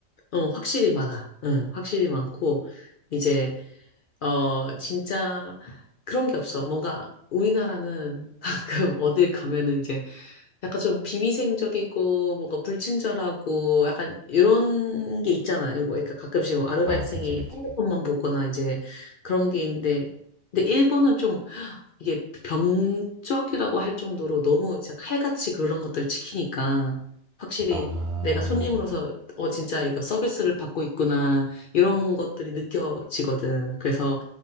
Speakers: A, on the left; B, on the right.
A: 어, 확실히 많아. 음, 확실히 많고 이제 어, 진짜 그런 게 없어. 뭔가 우리나라는 <laughs> 가끔 어딜 가면은 이제 약간 좀 비위생적이고 뭔가 불친절하고 약간 이런 게 있잖아요. 뭐 그러니까 가끔씩 뭐 아르바이트생이
B: 아, 그치, 그치.
A: 핸드폰만 보거나 이제 그런 게 있는데 근데 일본은 좀 이게 병적이라고 할 정도로 너무 진짜 칼같이 그런 것들을 지키니까 확실히
B: 아,
A: 내가 손님으로서 어 진짜 이거 서비스를 받고 있구나 이런 것들이 느껴지거든. 그래서